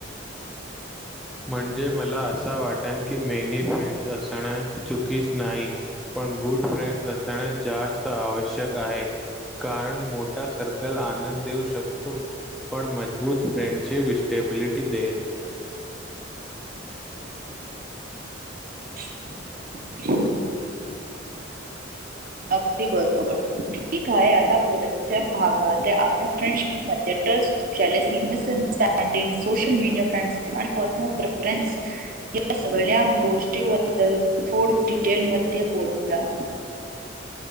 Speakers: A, in the centre; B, on the right.
A: म्हणजे मला असं वाटन की, मेनी फ्रेंडस् असणं. चुकीस नाही. पण गुड फ्रेंड्स असण, जास्त आवश्यक आहे. कारण, मोठा सर्कल आनंद देऊ शकतो. पण म बुथ फ्रेडशिप इस्टेबिलिटी देत.
B: <inaudible>
A: ह
B: अगदी बरोबर. ठीक आहे. आता बुडत्या भागात, आपण फ्रेंडशिप मध्ये ट्रस्ट जेलसी नसेल. <unintelligible> सोशल मीडया फ्र <unintelligible> आणि पर्सल प्रिफरनस या सगळ्या गोष्टीबद्दल, थोड डिटेल मध्ये बोलला.